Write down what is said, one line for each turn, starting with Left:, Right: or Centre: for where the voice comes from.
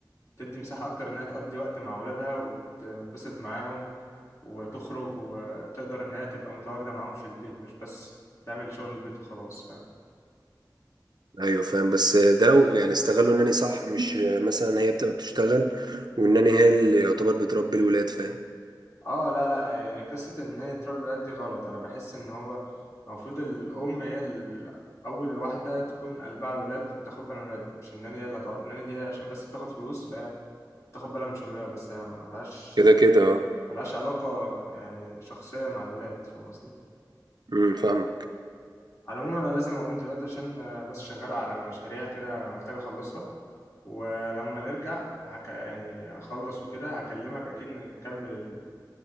Left: تدي مساحة أكتر إن هي تقضي وقت مع ولادها وتنبسط معاهم وتخرج وتقدر إن هي تبقى متواجدة معاهم في البيت مش بس تعمل شغل البيت وخلاص فاهم
Right: ايوه فاهم بس ده لو يعني استغلوا انني صح مش مثلا هي بتبقى بتشتغل وانني هي اللي يعتبر بتربي الولاد فاهم
Left: اه لا لا يعني قصة ان هي تربي الولاد دي غلط انا بحس ان هو المفروض الام هي ال- اول واحدة تكون قلبها على الولاد وتاخد بالها من الولاد مش الناني هي اللي هتقعد الناني دي هي عشان بس بتاخد فلوس فهي تاخد بالها من شغلها بس هي ملهاش
Right: كده كده اه
Left: ملهاش علاقة يعني شخصية مع الولاد فاهم قصدي
Right: امم فاهمك
Left: على العموم انا لازم اقوم دلوقتي عشان آه، بس شغال على مشاريع كده محتاج اخلصها ولما نرجع هك... يعني اخلص وكده هكلمك اكيد نكمل ال-